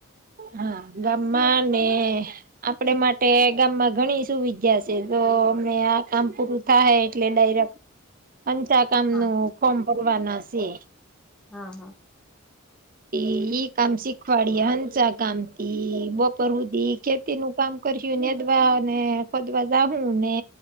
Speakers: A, on the right; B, in the centre.
A: હા ગામમા ને આપડે માટે ગામમાં ઘણી સુવિધા છે, તો અમે આ કામ પૂરું થાય એટલે ડાયરા પંચા કામ
B: હા
A: નું ફોર્મ ભરવાના છે.
B: હા હા
A: ઈ કામ શીખવાડીયે હંચ કામથી બપર હદી ખેતી તેનું કામ કરશ નેદવા ને ખોદવા જાહુ ને